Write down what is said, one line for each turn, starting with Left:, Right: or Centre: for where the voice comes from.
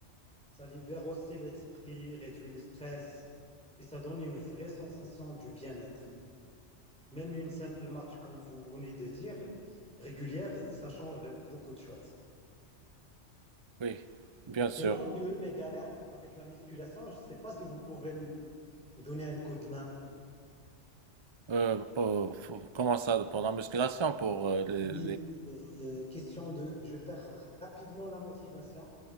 Centre: Ça libère aussi l'esprit, réduit le stress et ça donne une vraie sensation du bien-être. Même une simple marche, comme vous venez de dire, régulière, ça change beaucoup de choses.
Right: Oui, bien sûr.
Centre: Sinon, j'ai eu mes galères avec la musculation. Je ne sais pas si vous pouvez m- me donner un coup de main.
Right: euh, pour- pour- comment ça, pour la musculation, pour euh, les,
Centre: Oui,
Right: les-
Centre: euh, euh, question de, je perds rapidement la motivation.